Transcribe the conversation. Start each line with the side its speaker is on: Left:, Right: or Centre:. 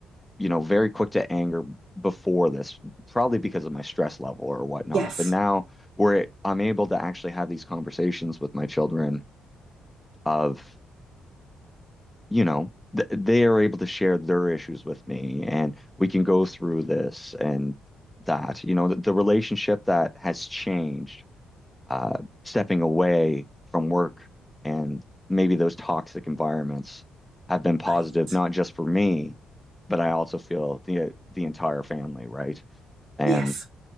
Centre: you know, very quick to anger before this, probably because of my stress level or whatnot.
Right: yes
Centre: But now where I'm able to actually have these conversations with my children of, you know, th they are able to share their issues with me and we can go through this and that, you know, the, the relationship that has changed uh, stepping away from work and maybe those toxic environments have been positive,
Right: right
Centre: not just for me, but I also feel the the entire family, right? And
Right: yes